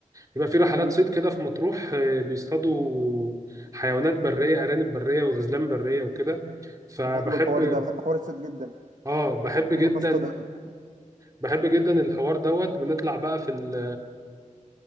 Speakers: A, on the right (about 25°); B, on the right (about 75°).
A: يبقى في رحلات
B: مم.
A: صيد كده في مطروح آه، بيصطادوا حيوانات بريه ارانب بريه وغزلان بريه وكده فبحب
B: ده حلو الحوار ده بحب حوار الصيد جدا
A: اه بحب جدا
B: أنا بحب اصطاد قوي
A: بحب جدا الحوار دوت بنطلع بقى في ال